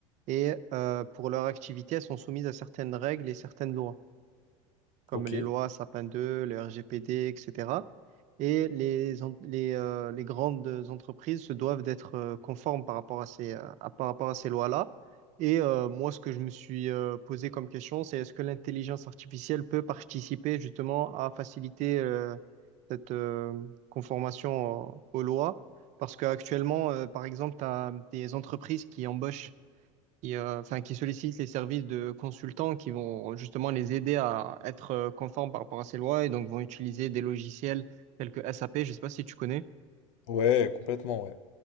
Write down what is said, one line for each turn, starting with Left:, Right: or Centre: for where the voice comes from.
Right: Et cetera. Et euh, pour leur activité, elles sont soumises à certaines règles et certaines lois. comme
Left: Ok.
Right: les lois Sapin 2, le RGPD, etc. Et cetera. Et les, en- les, euh, les grandes entreprises se doivent d'être euh, conformes par rapport à ces, euh, à- par rapport à ces lois-là. Et euh, moi, ce que je me suis euh, posé comme question, c'est est-ce que l'intelligence artificielle peut participer justement à faciliter euh, cette euh, conformation euh, aux lois? Parce qu'actuellement, euh, par exemple, tu as des entreprises qui embauchent qui, euh, enfin, qui sollicitent les services de consultants qui vont justement les aider à être euh, conformes par rapport à ces lois et donc vont utiliser des logiciels tels que SAP, je ne sais pas si tu connais.
Left: Ouais, complètement, ouais.